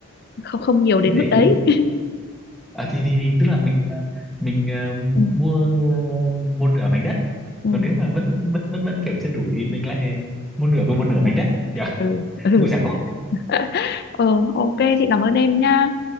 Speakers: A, on the left; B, in the centre.
A: không không nhiều đến
B: Cái đấy
A: mức đấy
B: thì à, thì, thì, thì tức là mình ờ, mình ờ,
A: ừ
B: mua một nửa mảnh đất,
A: ừ
B: còn nếu mà vẫn vẫn vẫn vẫn kiểu chưa đủ thì mình lại mua nửa của một nửa mảnh đất. Dạ, <laughs>
A: ừ, ừ.
B: Mua trả góp.
A: <laughs> Ờ, ok chị cảm ơn em nha